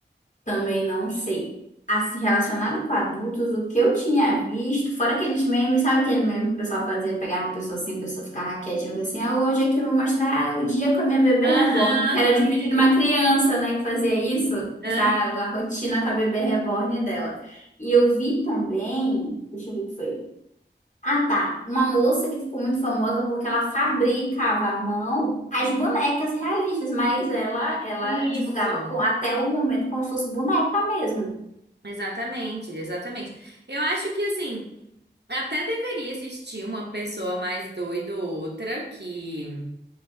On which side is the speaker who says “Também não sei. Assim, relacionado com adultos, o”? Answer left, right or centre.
Left